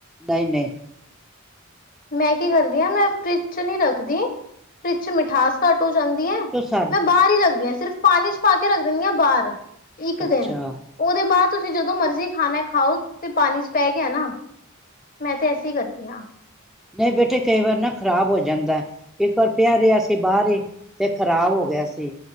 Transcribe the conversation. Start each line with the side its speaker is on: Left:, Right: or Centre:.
Centre: ਨਈ-ਨਈ।
Left: ਮੈਂ ਕੀ ਕਰਦੀ ਹਾਂ ਮੈਂ ਫਰਿੱਜ ਚ ਨੀ ਰੱਖਦੀ, ਫਰਿੱਜ ਚ ਮਿਠਾਸ ਘੱਟ ਹੋ ਜਾਂਦੀ ਐ,
Centre: ਤੇ ਸਾ
Left: ਮੈਂ ਬਾਰ ਹੀ ਰੱਖਦੀ ਆਂ ਸਿਰਫ਼ ਪਾਣੀ ਚ ਪਾ ਕੇ ਰੱਖ ਦਿੰਦੀ ਹਾਂ ਬਾਰ।
Centre: ਅੱਛਾ-ਅੱਛਾ
Left: ਇੱਕ ਦਿਨ, ਓਦੇ ਬਾਦ ਤੁਸੀ ਜਦੋਂ ਮਰਜੀ ਖਾਨਾ ਐ ਖਾਓ ਤੇ ਪਾਨੀ ਚ ਪੈ ਗਿਆ ਨਾ, ਮੈਂ ਤੇ ਐਸੇ ਈ ਕਰਦੀ ਆਂ।
Centre: ਨਈ ਬੇਟੇ ਕਈ ਵਾਰ ਨਾ ਖ਼ਰਾਬ ਹੋ ਜਾਂਦਾ ਐ, ਇੱਕ ਵਾਰ ਪਿਆ ਰਿਆ ਸੀ ਬਾਰ ਈ ਤੇ ਖ਼ਰਾਬ ਹੋ ਗਿਆ ਸੀ